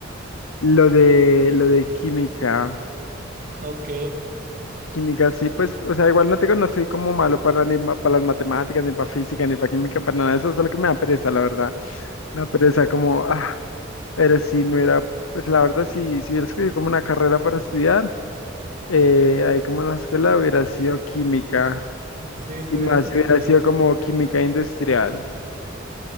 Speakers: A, on the left; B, on the right.
A: lo de, lo de química.
B: ok,
A: Química sí, pues, o sea, igual no tengo, no soy como malo para ni ma- para las matemáticas, ni para física, ni para química, para nada de eso, solo que me da pereza, la verdad. Una pereza como, ah, pero si me hubiera, pues la verdad, si, si hubiera escogido como una carrera para estudiar, eh, ahí como en la escuela hubiera sido química,
B: sí, tuvieras
A: y más
B: escrito
A: si hubiera sido
B: eso.
A: como química industrial.